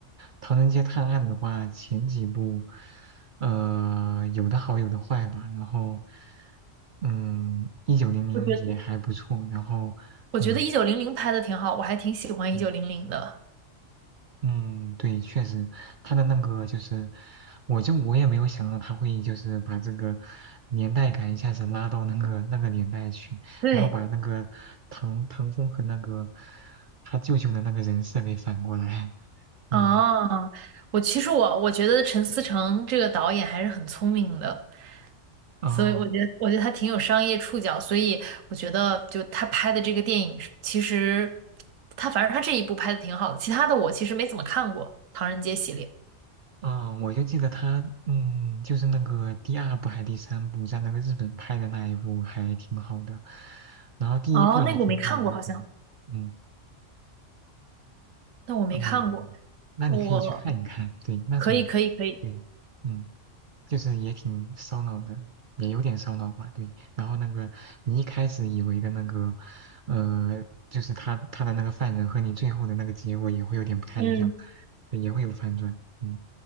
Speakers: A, on the right; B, on the right.
A: 《唐人街探案》的话，前几部，呃，有的好有的坏吧，然后，嗯，《一九零零》也还不错，
B: 我觉得
A: 然后，
B: 我觉得一九零零拍的挺好，
A: 嗯
B: 我还挺喜欢一九零零的。
A: 嗯。嗯，对，确实，他的那个就是，我就我也没有想到他会就是把这个年代感一下子拉到那个那个年代去，
B: 对，
A: 然后把那个唐唐风和那个他舅舅的那个人设给反过来。嗯，
B: 啊，我其实我我觉得陈思诚这个导演还是很聪明的。
A: 啊，
B: 所以我觉得，我觉得他挺有商业触角，所以我觉得，就他拍的这个电影是其实他反正他这一部拍的挺好的，其他的我其实没怎么看过《唐人街》系列。
A: 哦，我就记得他，嗯，就是那个第二部还是第三部，在那个日本拍的那一部还挺好的，然后第一部也挺好的，
B: 哦，那个我没看过，好像，
A: 对，嗯。
B: 那我没看过，
A: 嗯，那你可以去看一看，
B: 我
A: 对，那种，
B: 可以，可以，可以，
A: 对，嗯，就是也挺烧脑的，也有点烧脑吧，对。然后那个你一开始以为的那个，呃，就是他他的那个犯人和你最后的那个结果也会有点不太一样，
B: 嗯，
A: 对，也会有反转，嗯，